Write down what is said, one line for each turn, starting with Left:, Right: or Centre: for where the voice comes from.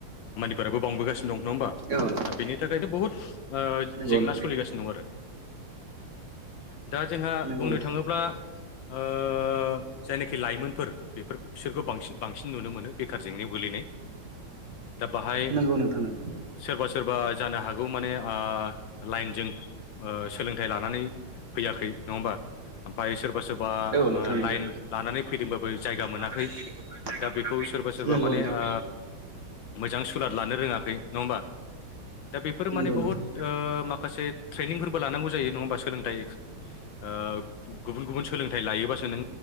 Left: मानिफोराबो बांबोगासिनो दं। नङा होमबा?
Right: औ नोंथां
Left: दा बेनि थाखायनो बहुद ओ
Right: नंगौ
Left: जेंना
Right: नंगौ
Left: सोलिगासिनो दं आरो दा जोंहा
Right: नंगौ
Left: बुंनो
Right: नोंथां
Left: थाङोब्ला ओ जायनाखि लाइमोनफोर बेफोर बिसोरखौ बांसिन बांसिन नुनो मोनो बेखार जेंनायाव गोलैनाय। दा बाहाय
Right: नंगौ नोंथां नंगौ
Left: सोरबा सोरबा जानो हागौ माने ओ लाइनजों ओ सोलोंथाइ लानानै फैयाखै । नङा होमबा? ओमफ्राय सोरबा सोरबा ओ ओ
Right: औ नोंथां नंगौ
Left: लाइन लानानै फैदोंबाबो जायगा मोनाखै।
Right: लानानै फैदोंबाबो जायगा
Left: दा
Right: मोनाखै
Left: बेखौ सोरबा सोरबा
Right: नंगौ
Left: माने
Right: नोंथां
Left: ओ मोजां सुलाद लानो रोङाखै। नङा ओमबा? दा बेफोर
Right: नंगौ
Left: माने बुहुत
Right: नोंथां
Left: ओ माखासे ट्रेइनिंफोरबो लानांगौ जायो नङा होमबा सोलोंथाइ ओ गुबुन गुबुन सोलोंथाइ लायोबासो नों